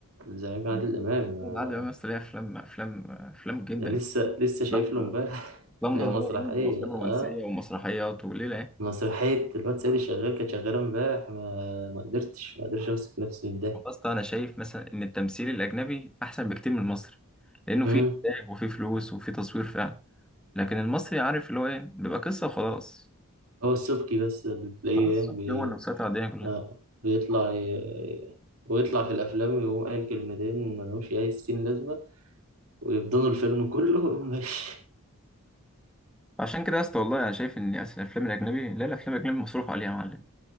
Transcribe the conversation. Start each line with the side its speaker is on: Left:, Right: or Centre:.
Right: الزعيم عادل
Centre: <laughs>
Right: إمام آه،
Centre: العادة بقى مثلا ليها افلام افلام افلام جدا
Right: ده لسه
Centre: يعني.
Right: لسه شايف
Centre: افلام
Right: له امبارح <laughs>
Centre: افلام
Right: مسرحية
Centre: دراميه جامده وافلام
Right: اه
Centre: رومانسيه ومسرحيات وليله يعني
Right: مسرحية الواد سيدي شغال كانت شغالة امبارح ما ما قدرتش ما قدرتش امسك نفسي من الضحك
Centre: والله يا اسطى انا شايف مثلا ان التمثيل الاجنبي احسن بكتير من المصري لانه فيه
Right: مم.
Centre: انتاج وفيه فلوس وفيه تصوير فعلا لكن المصري عارف اللي هو ايه بيبقى قصه وخلاص
Right: هو السبكي بس اللي تلاقيه
Centre: خلاص
Right: بي...
Centre: اوكي، هو اللي مسيطر على الدنيا كلها
Right: آه. بيطلع ي... ويطلع في الأفلام ويقوم قايل كلمتين ملهمش أي ستين لازمة ويبدنوا الفيلم كله ويقوم ماشي
Centre: فعشان كده يا اسطى والله انا شايف ان اصل الافلام الاجنبي لا الافلام الاجنبي مصروف عليها يا معلم